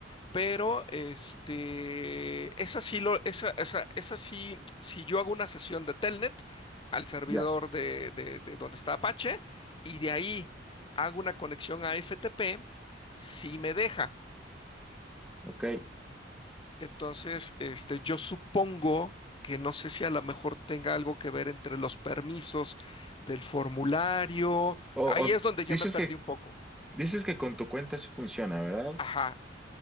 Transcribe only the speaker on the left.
Pero este, esa sí lo, esa, esa, esa sí, si yo hago una sesión de Telnet al servidor
de, de- de donde está Apache y de ahí hago una conexión a FTP, sí me deja.
Entonces, este, yo supongo que no sé si a lo mejor tenga algo que ver entre los permisos del formulario.
Ahí
es donde ya
me perdí
un poco.
Ajá,